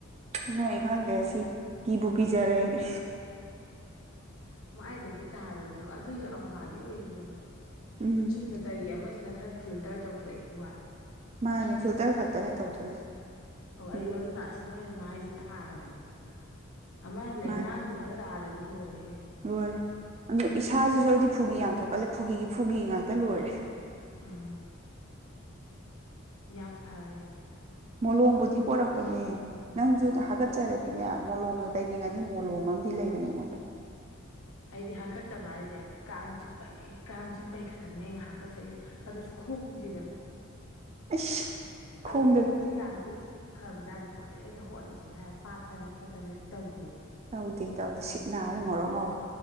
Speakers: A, on the right; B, on the left.
A: ꯅ ꯑꯩ ꯈꯪꯗ꯭ꯔꯦ ꯑꯁꯤ ꯀꯤꯕꯨ ꯀꯤꯖꯔꯦ ꯑꯩꯗꯤ
B: ꯃꯥꯏꯗꯗꯤ ꯇꯥꯔꯨꯔꯅꯨ ꯑꯗꯨꯑꯣꯏꯁꯨ ꯑꯝꯍꯥꯗꯤ ꯑꯣꯏꯔꯤꯅꯦꯕ
A: ꯎꯝ
B: ꯆꯨꯝꯅꯇꯒꯤ ꯑꯃꯁꯤꯅ ꯈꯔ ꯐꯤꯜꯇꯔ ꯇꯧꯊꯣꯛꯑꯦꯒꯤ ꯋꯥꯅꯤ
A: ꯃꯥꯅꯦ ꯐꯤꯜꯇꯔ ꯈꯛꯇꯅꯦ ꯇꯧꯊꯣꯛꯏꯁꯦ
B: ꯑꯣ
A: ꯎꯝ
B: ꯑꯩꯁꯨ ꯑꯗꯨꯅ ꯑꯁꯤꯅ ꯑꯣꯏꯅ ꯃꯥꯏꯁꯦ ꯇꯥꯔꯕꯅꯦ ꯑꯃ ꯂꯩꯅꯥꯡꯗꯅꯒ
A: ꯃꯥꯅꯦ
B: ꯇꯥꯔꯗꯤ ꯂꯣꯏꯔꯦꯍꯦ
A: ꯂꯣꯏꯔꯦ ꯑꯗꯨ ꯏꯁꯥꯁꯤꯁꯨ ꯑꯩꯗꯤ ꯐꯨꯒꯤ ꯌꯥꯝ ꯊꯣꯛꯀꯜꯂꯦ ꯐꯨꯒꯤꯒꯤ ꯐꯨꯒꯤ ꯉꯥꯛꯇ ꯂꯣꯏꯔꯦ
B: ꯎꯝ ꯌꯥꯝ ꯐꯥꯔꯦ
A: ꯃꯣꯂꯣꯝꯕꯨꯗꯤ ꯄꯣꯔꯛꯄꯅꯦ ꯅꯪꯁꯨ ꯍꯥꯒꯠꯆꯔꯗꯤꯅꯦ ꯃꯣꯂꯣꯝꯅ ꯇꯩꯅꯤꯡꯉꯗꯤ ꯃꯣꯂꯣꯝ ꯑꯃꯗꯤ ꯂꯩꯕꯅꯦ ꯑꯩꯉꯣꯟꯗ
B: ꯑꯩꯗꯤ ꯍꯥꯒꯠꯆꯕ ꯍꯥꯏꯁꯦ ꯀꯥꯡ ꯆꯤꯛꯄꯒꯤ ꯀꯥꯡ ꯆꯤꯛꯄꯒꯤ ꯈꯛꯇꯪꯅꯤ ꯑꯩꯅ ꯍꯥꯀꯠꯆꯩꯁꯦ ꯑꯗꯨꯁꯨ ꯈꯣꯡꯁꯤꯗ
A: ꯑꯩꯁ ꯈꯣꯡꯗ
B: ꯑꯗꯨ ꯈꯣꯡ ꯑꯩꯁꯦ ꯌꯥꯝꯗꯤ ꯐꯕ ꯖꯥꯠꯅꯤꯀꯣ ꯍꯥꯏꯗꯤ ꯑꯩꯅ ꯍꯣꯠꯂꯤꯁꯤꯒ ꯍꯥꯏ ꯄꯥꯠꯇꯅ ꯈꯣꯠꯇꯅꯗꯤ ꯇꯧꯗꯦꯕ
A: ꯇꯧꯗꯦ ꯇꯧꯗꯦ ꯁꯤꯠ ꯅꯥꯗ ꯉꯧꯔꯣꯛ ꯉꯧꯋꯤ